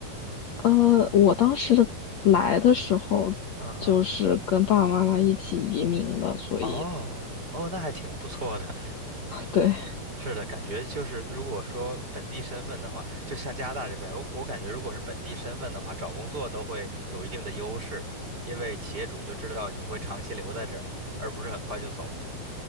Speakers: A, on the left (about 60°); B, on the right (about 25°).
A: 呃，我当时来的时候就是跟爸爸妈妈一起移民的，
B: 嗯嗯
A: 所以
B: 哦哦，那还挺不错的。
A: 对，
B: <laughs> 是的，感觉就是如果说本地身份的话，就像加拿大这边，我我感觉如果是本地身份的话，找工作都会有一定的优势，因为企业主就知道你会长期留在这儿，而不是很快就走。